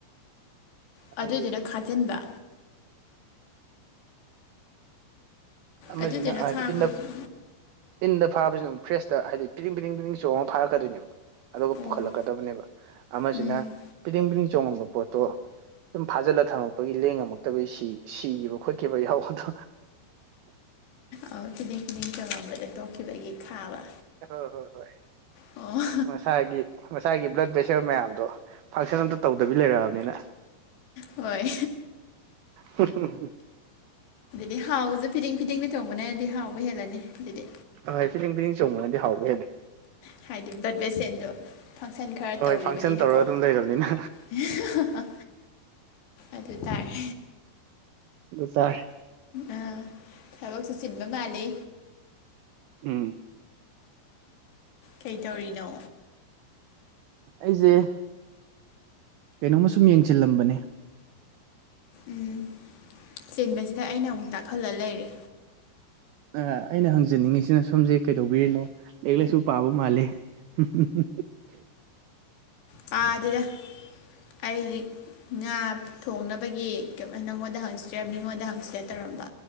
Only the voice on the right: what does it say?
ꯑꯗꯨꯒꯤ
ꯑꯣꯏꯗꯧꯕ
ꯃꯥꯜꯂꯤ ꯑꯃꯖꯤꯅ
ꯍꯥꯏꯗꯤ
ꯏꯟꯗ ꯏꯟꯗ ꯐꯥꯕꯖꯤꯅ ꯃꯨꯛ ꯐ꯭ꯔꯦꯁꯇ ꯍꯥꯏꯗꯤ ꯄꯤꯗꯤꯡ ꯄꯤꯗꯤꯡ ꯄꯤꯗꯤꯡ ꯆꯣꯡꯉ ꯐꯥꯔꯛꯀꯗꯣꯏꯅꯦꯕ ꯑꯗꯨꯒ
ꯄꯨꯈꯠꯂꯛꯀꯗꯕꯅꯦꯕ ꯑꯃꯖꯤꯅ
ꯄꯤꯗꯤꯡ ꯄꯤꯗꯤꯡ ꯆꯣꯡꯉꯝꯕ ꯄꯣꯠꯇꯣ ꯁꯨꯝ ꯐꯥꯖꯤꯜꯂ ꯊꯝꯃꯛꯄꯒꯤ ꯂꯦꯡꯉꯝꯃꯛꯇꯕꯒꯤ ꯁꯤ ꯁꯤꯈꯤꯕ ꯈꯣꯠꯈꯤꯕ ꯌꯥꯎꯕꯗꯣ
ꯍꯣ ꯍꯣꯏ ꯍꯣꯏ
ꯃꯁꯥꯒꯤ ꯃꯁꯥꯒꯤ ꯕ꯭ꯂꯠ ꯄꯦꯁꯔ ꯃꯌꯥꯝꯗꯣ ꯐꯪꯁꯟ ꯑꯝꯇ ꯇꯧꯗꯕꯤ ꯂꯩꯔꯛꯑꯕꯅꯤꯅꯥ
ꯍꯨꯝ ꯍꯨꯝ
ꯍꯣꯏ ꯐꯤꯗꯤꯡ ꯐꯤꯗꯤꯡ ꯆꯣꯡꯕꯅꯗꯤ ꯍꯥꯎꯕ ꯍꯦꯜꯂꯤ
ꯍꯣꯏ
ꯐꯪꯁꯟ ꯇꯧꯔꯒ ꯑꯗꯨꯝ ꯂꯩꯔꯕꯅꯤꯅ
ꯇꯥꯔꯦ
ꯎꯝ
ꯑꯩꯖꯦ ꯀꯩꯅꯣꯝꯃ ꯁꯨꯝ ꯌꯦꯡꯖꯤꯜꯂꯝꯕꯅꯦ
ꯑ ꯑꯩꯅ ꯍꯪꯖꯅꯤꯡꯉꯤꯁꯤꯅ ꯁꯣꯝꯁꯦ ꯀꯩꯗꯧꯕꯤꯔꯤꯅꯣ ꯂꯥꯏꯔꯤꯛ ꯂꯥꯏꯁꯨ ꯄꯥꯕ ꯃꯥꯜꯂꯦ <unintelligible>